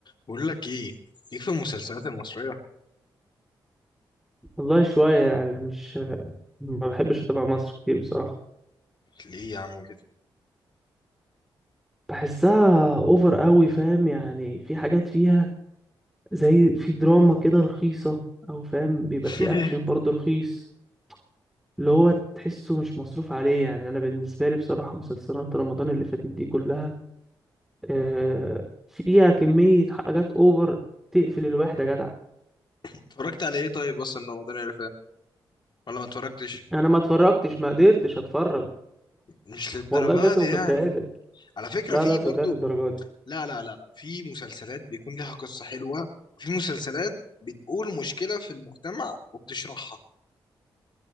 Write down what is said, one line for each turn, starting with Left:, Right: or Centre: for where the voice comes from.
Left: بقول لك ايه ليك في المسلسلات المصرية
Centre: والله شوية يعني مش ما بحبش أتابع مصر كتير بصراحة
Left: ليه يا عم كده
Centre: بحسها أوفر قوي فاهم يعني في حاجات فيها زي في دراما كده رخيصة أو فاهم بيبقى
Left: <laughs>
Centre: في أكشن برضه رخيص اللي هو تحسه مش مصروف عليه يعني أنا بالنسبة لي بصراحة مسلسلات رمضان اللي فاتت دي كلها آه، فيها كمية حاجات أوفر تقفل الواحد يا جدع
Left: اتفرجت على ايه طيب اصلا رمضان اللي فات ولا ما اتفرجتش
Centre: أنا ما اتفرجتش ما قدرتش أتفرج
Left: مش للدرجة
Centre: والله بجد
Left: دي
Centre: ما كنت
Left: يعني
Centre: قادر
Left: على فكرة
Centre: لا
Left: في
Centre: لا صدقني
Left: برضو
Centre: الدرجة دي
Left: لا لا لا لا في مسلسلات بيكون ليها قصة حلوة وفي مسلسلات بتقول مشكلة في المجتمع وبتشرحها